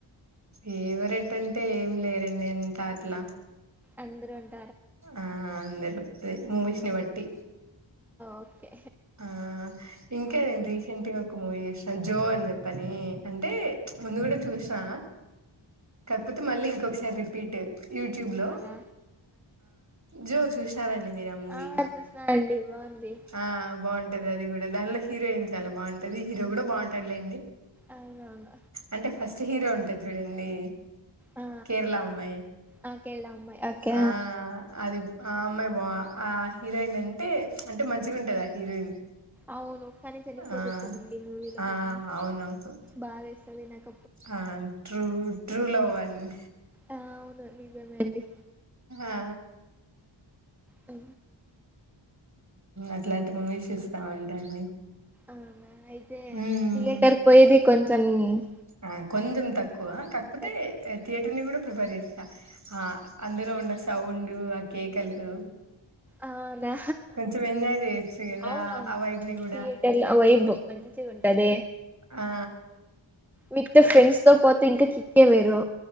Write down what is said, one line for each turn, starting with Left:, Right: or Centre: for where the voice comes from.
Right: ఎవరెట్ అంటే ఏం లేరండి ఎంత అట్లా
Centre: అందరూ అ
Right: ఆ అందరూ అదే మూవీస్ ని బట్టి
Centre: ఓకే
Right: ఆ ఇంకా ఓకే నేను రీసెంట్ గా ఒక మూవీ చేూసినా జో అని చెప్పని అంటే ముందు కూడా చూసిన కాకపోతే మళ్ళీ ఇంకొకసారి రిపీట్ యూట్యూబ్ లో
Centre: అవునా
Right: జో చూస సరే అండి మీరా మూవీ
Centre: ఆ చూసిన అండి బాగుంది
Right: ఆ బాగుంటది అది కూడా దానిలో హీరోయిన్ చాలా బాగుంటది హీరో కూడా బాగుంటాయిలే
Centre: అవునవును
Right: అంటే ఫస్ట్ హీరో ఉంటా ద్ద చూడండి
Centre: ఆ
Right: కేరళ అమ్మాయి
Centre: ఆ, కేరళ అమ్మాయి ఓకే
Right: ఆ అది ఆ అమ్మాయి వా ఆ హీరోయిన్ అంటే అంటే మంచిగా ఉంటదా ఆ హీరోయిన్
Centre: అవును కాని చనిపోతుంది
Right: ఆ
Centre: కదండి మూవీలో
Right: ఆ
Centre: పాపం
Right: అవునవును
Centre: బాధ వేస్త వినాక
Right: ఆ ట్రూ ట్రూ లో అవ్వండి
Centre: ఆ అవును నిజమే అండి
Right: ఆ
Centre: అ
Right: అట్లాంటి మూవీస్ ఇస్తా ఉంటాండి
Centre: ఆనా ఇద
Right: మ్మ్
Centre: యేటర్ పోయిది కొంచం సన్ని
Right: ఆ కొంచెం తక్ క్కు కాకపోతే
Centre: దట్
Right: థియేటర్ ని కూడా ప్రిపేర్ చేస్తా అందులో ఉన్న సౌండు ఆ కేకలు
Centre: అవునా
Right: కొంచెం ఎంజాయ్ చేయొచ్చు కదా
Centre: అవునవును
Right: ఆ వైపుని కూడా
Centre: థియేటర్ లో వైబ్ మంచిగా ఉంటది
Right: ఆ
Centre: వితే ఫ్రెడ్స్తో పోతే ఇంకా కే వరు